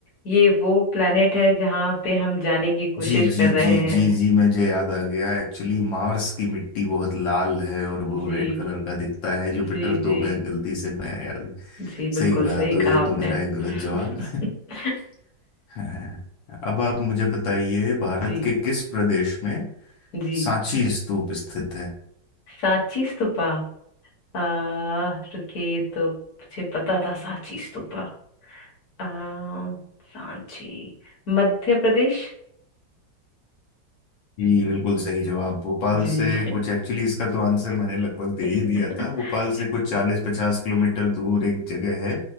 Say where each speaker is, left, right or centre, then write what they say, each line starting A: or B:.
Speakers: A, on the left; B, on the left.
A: ये वो प्लैनेट है जहाँ पे हम जाने की कोशिश
B: जी जी
A: कर रहे
B: जी
A: हैं
B: जी जी मुझे याद आ गया एक्चुअली मार्स की मिट्टी बहुत लाल है और वो
A: जी
B: रेड कलर का दिखता है जुपिटर
A: जी
B: तो
A: जी
B: मैं गलती से मैं याद
A: जी बिल्कुल
B: सही कहा
A: सही
B: तो
A: कहा
B: ये
A: आपने
B: तो मेरा एक गलत
A: <laughs>
B: जवाब <laughs> है अब आप मुझे बताइए भारत
A: जी
B: के किस प्रदेश में
A: जी
B: सांची स्तूप स्थित है
A: सांची स्तूपा आ रुकिए ये तो मुझे पता था सांची स्तूपा आ सांची मध्य प्रदेश
B: जी बिल्कुल सही जवाब भोपाल
A: जी
B: से कुछ एक्चुअली इसका तो आंसर मैंने लगभग दे
A: <laughs>
B: ही दिया था भोपाल से कुछ चालीस पचास किलोमीटर दूर एक जगह है